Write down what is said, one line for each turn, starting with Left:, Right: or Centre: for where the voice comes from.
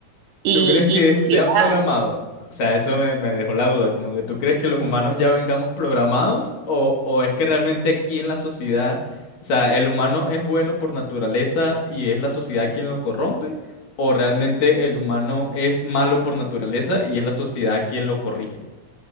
Right: Y,
Left: ¿Tú crees que sea
Right: y ya,
Left: programado? O sea, eso me, me dejó la duda, como que tú crees que los humanos ya vengamos programados o, o es que realmente aquí en la sociedad, o sea, el humano es bueno por naturaleza y es la sociedad quien lo corrompe o realmente el humano es malo por naturaleza y es la sociedad quien lo corrige.